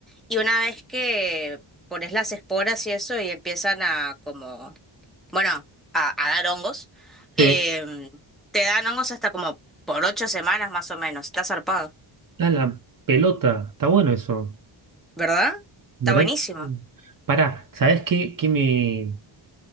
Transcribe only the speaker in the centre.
Y una vez que pones las esporas y eso y empiezan a como, bueno, a, a dar hongos, em,
te dan hongos hasta como por ocho semanas más o menos. Está zarpado,
¿verdad?
Está buenísimo.